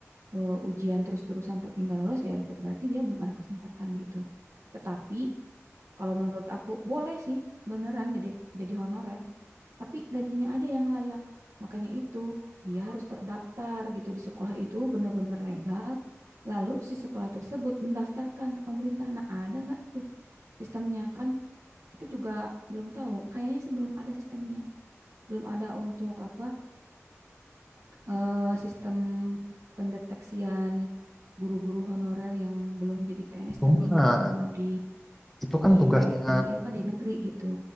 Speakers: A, on the right; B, in the centre.
A: eh, ujian terus-terusan tapi nggak lolos, ya berarti dia belum ada kesempatan gitu. Tetapi kalau menurut aku boleh sih, beneran jadi jadi honorer. tapi gajinya aja yang layak. Makanya itu dia harus terdaftar gitu di sekolah itu benar-benar legal. Lalu si sekolah tersebut mendaftarkan ke pemerintah. Nah, ada nggak tuh sistemnya kan? Kita juga belum tahu. Kayaknya sih belum ada sistemnya. Belum ada untuk apa eh, sistem pendeteksian guru-guru honorer yang belum jadi PNS
B: cuma
A: tapi mereka mengabdi
B: itu kan
A: di
B: tugasnya
A: P, E, di apa di negeri gitu.